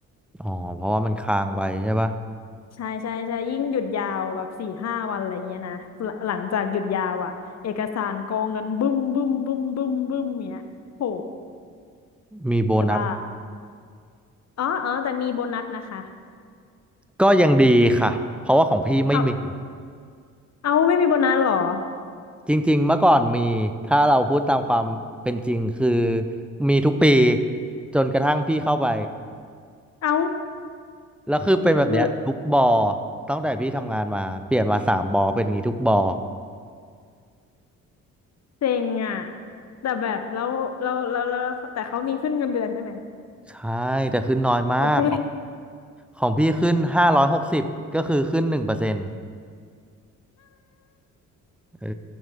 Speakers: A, in the centre; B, on the left.
A: อ๋อเพราะว่ามันค้างไว้ใช่ปะ
B: ใช่ใช่ใช่ยิ่งหยุดยาวแบบสี่ห้าวันอะไรเงี้ยนะหลหลังจากหยุดยาวอ่ะเอกสารกองกันบึ้มบึ้มบึ้มบึ้มบึ้มเนี้ยโห
A: มีโบนัส
B: จะบ้าอ๋ออ๋อแต่มีโบนัสนะคะ
A: ก็ยังดีค่ะเพราะว่าของพี่ไม่มี
B: เอาเอาไม่มีโบนัสเหรอ
A: จริงๆเมื่อก่อนมีถ้าเราพูดตามความเป็นจริงคือมีทุกปีจนกระทั่งพี่เข้าไป
B: เอา
A: แล้วคือเป็นแบบเนี้ยทุกบอ
B: คือ
A: ตั้งแต่พี่ทำงานมาเปลี่ยนมาสามบอเป็นอย่างงี้ทุกบอ
B: เซ็งอ่ะแต่แบบแล้วแล้วแล้วแล้วแต่เขามีขึ้นเงินเดือนใช่ไหม
A: ใช่แต่ขึ้นน้อยมาก
B: โอเค
A: ของพี่ขึ้นห้าร้อยหกสิบก็คือขึ้นหนึ่งเปอร์เซ็นต์ เออ